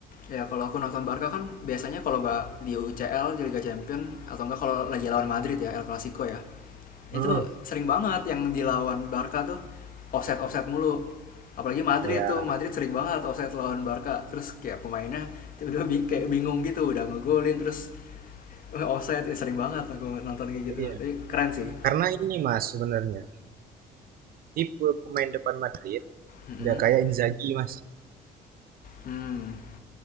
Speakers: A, on the left; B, on the right.
A: ya kalau aku nonton Barca kan biasanya kalau nggak di UCL di Liga Champions atau enggak kalau lagi lawan Madrid ya El Clasico ya itu
B: Hmm,
A: sering banget yang dilawan Barca tuh offset offset mulu apalagi Madrid
B: ya,
A: tuh Madrid sering banget offset lawan Barca terus kayak pemainnya udah bi kayak bingung gitu udah ngegolin terus "Eh, offset ya sering banget aku nonton kayak gitu
B: iya.
A: tapi keren sih
B: Karena ini Mas sebenarnya tipe pemain depan Madrid
A: Mm-mm.
B: nggak kayak Inzaghi Mas.
A: hmm